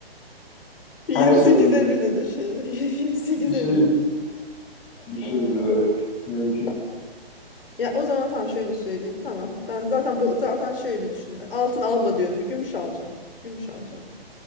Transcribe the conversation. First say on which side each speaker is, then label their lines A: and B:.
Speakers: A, on the left; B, on the left.
A: <laughs> 28'e
B: Her şey olabilir.
A: bile düşer. <laughs> 28'e
B: Bir şey
A: bile düşer.
B: düşebilir
A: Aa,
B: evet. Mümkün.
A: ta- ya o zaman tamam şöyle söyleyeyim. Tamam. Ben zaten bu zaten şöyle düşünüyorum. Altın alma diyor. Gümüş alacağım. Gümüş alacağım.